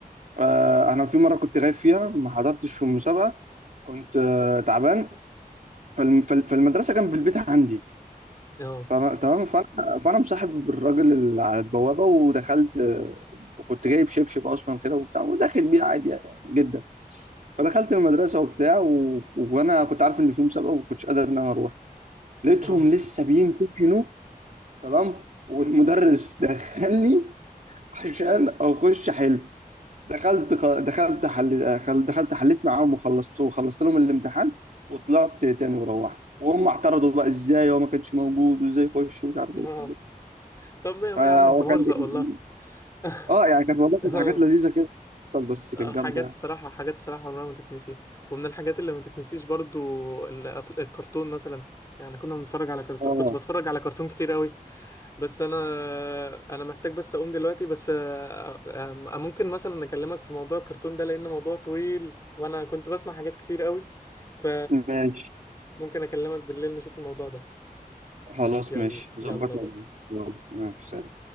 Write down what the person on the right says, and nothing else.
آه، انا في مره كنت غايب فيها ما حضرتش في المسابقه كنت آه، تعبان فالم- فال- فالمدرسه جنب البيت عندي
فأنا تمام فانا فانا مصاحب الراجل اللي على البوابه ودخلت آه، وكنت جايب شبشب اصلا كده وبتاع وداخل بيه عادي يعني جدا فدخلت المدرسه وبتاع و... وانا كنت عارف ان في مسابقه وما كنتش قادر ان انا اروح لقيتهم
لسه بيمتحنوا تمام والمدرس دخلني عشان اخش حل دخلت خ... دخلت حل... خل- دخلت حليت معاهم وخلصت وخلصت لهم الامتحان وطلعت تاني وروحت وهم اعترضوا بقى ازاي هو ما كانش موجود وازاي يخش ومش عارف ايه
فهو
كان <laughs>
اه يعني كانت والله كانت
حاجات لذيذه كده بس كانت
جامده
يعني
اه
ماشي
خلاص
ماشي
ظبطها
يلا ماشي
سلام